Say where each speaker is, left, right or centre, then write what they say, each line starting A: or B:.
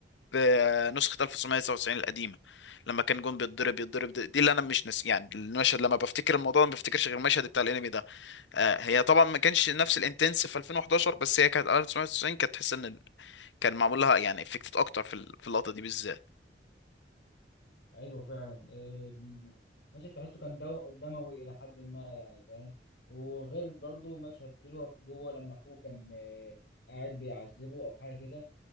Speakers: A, on the left; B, on the left.
A: في نسخة 1999 القديمة لما كان جون بيتضرب يتضرب دي دي اللي انا مش ناسي يعني المشهد لما بفتكر الموضوع ده ما بفتكرش غير المشهد بتاع الانمي ده آه، هي طبعا ما كانش نفس الانتنس في 2011 بس هي كانت 1999 كانت تحس ان ال- كان معمول لها يعني افكتد اكتر في ال- في اللقطة دي بالذات
B: ايوه فعلا إيه دم- مشهد تحسه كان دو دموي الى حد ما يعني فاهم وغير برضه مشهد كيلو في جوه لما اخوه كان إيه قاعد بيعذبه او حاجه كده